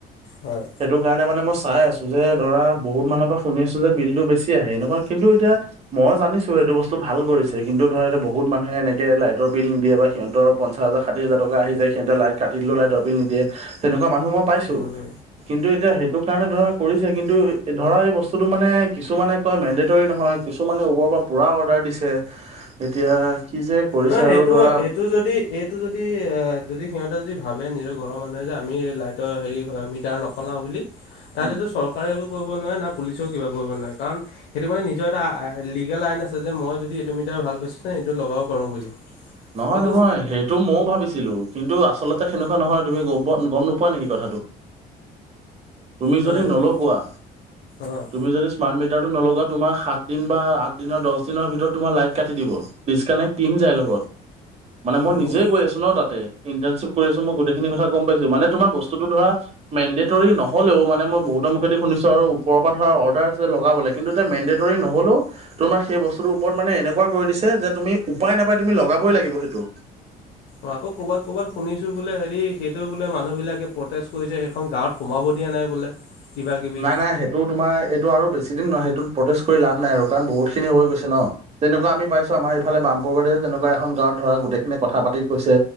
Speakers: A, on the left (about 75°); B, on the right (about 40°).
A: হয়
B: সেইটো কাৰণে মানে মই চাই আছো। যে ধৰা বহুত মানুহৰ পৰা শুনি আছো যে বিলতটো বেছি আহে এনেকুৱা কিন্তু এতিয়া মই জানিছো, সেইটো বস্তু ভাল কৰিছে। কিন্তু ধৰা এতিয়া বহুত মানুহে এনেকে লাইটৰ বিল নিদিয়ে বা সিহঁতৰ পঞ্চায়ত ষাঠ হাজাৰ টকা আহ যায়। সিহঁতে লাইট কাটিলো লাইটৰ বিল নিদিয়ে সনেকুৱা মানুহ মই পাইছো।
A: উম
B: কিন্তু এতিয়া সেইটো কাৰণে ধৰা কৰিছে, কিন্তু ধৰা এই বস্তুটো মানে কিছুমানে কয় মেণ্ডেটৰী নহয় কি টো, মানে বৰৰ পৰা পূৰা অৰ্ডাৰ দিছে এতিয়া কি যে কৰিছে
A: নাই
B: আৰু
A: এইটো,
B: ধৰা
A: এইটো যদি এইটো যদি, যদি সিহঁতে যদি ভাবে নিজৰ ঘৰৰ মানুহে যে আমি লাইটৰ হেৰি মিটাৰ নসলাওঁ বুলি তাত
B: উম
A: এইটো চৰকাৰে নোৱাৰে না, পুলিচও কিবা কৰিব নোৱাৰে কাৰণ সেইটো মানে নিজৰ এটা লিগ আইন আছে যে মই য, এইটো ম ভাল পাইছিল ন, এইটো লগাব। পাৰোঁ বুলি
B: নহয়,
A: সেইটো
B: নহয়, সেইটো ময়ও ভাবিছিলো। কিন্তু আচলতে সেনেকুৱা নহয় তুমি গ, গম নোপোৱা নেকি কথাটো। তুমি
A: হয়
B: যদি
A: নেকি
B: নলোৱা
A: অঁ
B: তুমি যদি স্মাৰ্ট মিট নলগা তোমাৰ সাত দিন বা আঠ দিনৰ, দহ দিনৰ ভিতৰত তোমাৰ লাইট কাটি দিব ডিচকানেক্ট ম, যায় লগত। মানে মই
A: অঁ
B: নিজে গৈ আছো ন, তাতে। ইণ্টাৰশিপ কৰি আছো। মই গোেইখিনি কথা কম পাইছো মানে তোম ব্ততটো ধৰা মেণ্ডেটৰৰি নহলেও মান মই বহুত মুেদি শুনিছো আৰু ওৰ পৰা ধৰা অৰ্ডাৰ আছে, লগাবলৈ কিন্তু এ, মেডেৰিী নহ'লেও তোমাৰ সেইতু মানে এনেকুৱা কৰি দিছে যে তুমি উপায় নাপাই তুমি লগাবই লাগিব সেইটো।
A: অ, ক'বাত, ক'বাত শুনিছো বোলে হেৰি সেইটো বোলে মানুহ বিলাকে প্ৰটেষ্ট কৰিছে সেইখন গাঁৱত সোমাব। দিয়া নাই বোলে। কিবা কিবি
B: নাই, নাই সেইটো তোমাৰ এইটো আৰু বেছি দিন নহয়। প্ৰেষ্ট কৰি লাভ নাই আৰু কাৰণ বহুত খিনি হৈ গৈছে ন, তেনেকুৱা আমি পাইছো আমাৰফালে বামপুৰৰবাৰীৰে যেনেকুৱা এখন গাঁৱত ধৰা গোটেই খিনি কথা পাতি কৈছে